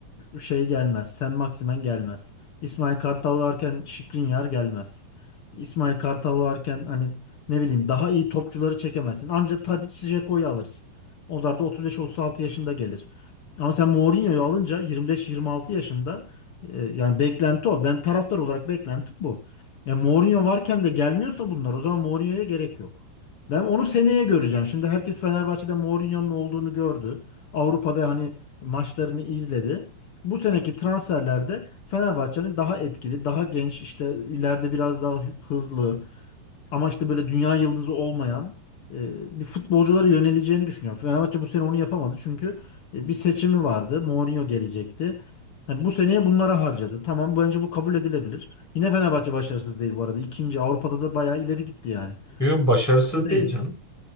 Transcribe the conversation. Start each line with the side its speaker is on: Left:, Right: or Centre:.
Left: şey gelmez. Sen Maximen gelmez. İsmail Kartal varken Skriniar gelmez. İsmail Kartal varken hani ne bileyim daha iyi topçuları çekemezsin. Ancak Tadic, Dzeko'yu alırsın. Onlar da 35-36 yaşında gelir. Ama sen Mourinho'yu alınca 25-26 yaşında e, yani beklenti o. Ben taraftar olarak beklentim bu. Ya Mourinho varken de gelmiyorsa bunlar o zaman Mourinho'ya gerek yok. Ben onu seneye göreceğim. Şimdi herkes Fenerbahçe'de Mourinho'nun olduğunu gördü. Avrupa'da hani maçlarını izledi bu seneki transferlerde Fenerbahçe'nin daha etkili, daha genç, işte ileride biraz daha hızlı ama işte böyle dünya yıldızı olmayan e, bir futbolculara yöneleceğini düşünüyorum. Fenerbahçe bu sene onu yapamadı çünkü e, bir seçimi vardı. Mourinho gelecekti. Hani bu seneye bunlara harcadı. Tamam bence bu kabul edilebilir. Yine Fenerbahçe başarısız değil bu arada. İkinci Avrupa'da da bayağı ileri gitti yani.
Centre: Yo, başarısız
Left: Değil.
Centre: değil canım.